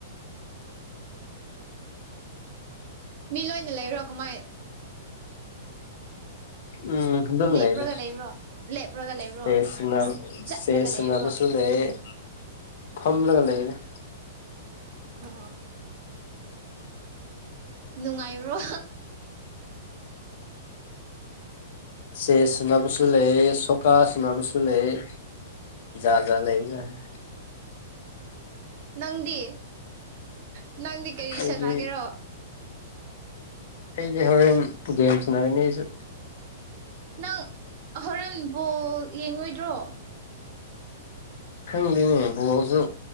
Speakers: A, on the right; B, on the left.
A: ꯃꯤ ꯂꯣꯏꯅ ꯂꯩꯔꯣ ꯀꯃꯥꯏ
B: ꯎꯝ ꯑꯗꯨ
A: ꯂꯦꯞꯔꯒ
B: ꯂꯩꯔꯦ
A: ꯂꯩꯕ꯭ꯔꯣ ꯂꯦꯞꯔꯒ ꯂꯩꯕ꯭ꯔꯣ
B: ꯆꯦꯁ ꯁꯥꯅ
A: ꯆꯠꯂꯒ
B: ꯆꯦꯁ ꯁꯥꯅꯄꯁꯨ
A: ꯂꯩꯕ꯭ꯔꯣ
B: ꯂꯩꯔꯦ ꯐꯝꯂꯒ ꯂꯩꯔꯦ
A: ꯑꯣ
B: <inaudible>
A: ꯅꯨꯡꯉꯥꯏꯕ꯭ꯔꯣ
B: ꯆꯦꯁ ꯁꯥꯅꯄꯁꯨ ꯂꯩꯌꯦ ꯁꯣꯀꯥ ꯁꯥꯅꯄꯁꯨ ꯂꯩꯌꯦ ꯖꯥꯖꯥ ꯂꯩꯕꯖꯥꯅꯤ
A: ꯅꯪꯗꯤ ꯅꯪꯗꯤ ꯀꯔꯤ
B: ꯑꯩꯗꯤ
A: ꯁꯥꯟꯅꯒꯦꯔꯣ
B: ꯑꯩꯗꯤ ꯍꯣꯔꯦꯟ ꯄꯨꯒꯦꯝ ꯁꯥꯅꯔꯅꯤ ꯑꯩꯁꯨ
A: ꯅꯪ ꯍꯣꯔꯦꯟꯕꯣꯜ ꯌꯦꯡꯉꯣꯏꯗ꯭ꯔꯣ
B: ꯈꯪꯗꯦꯅꯦ ꯕꯣꯕꯣꯜꯁꯨ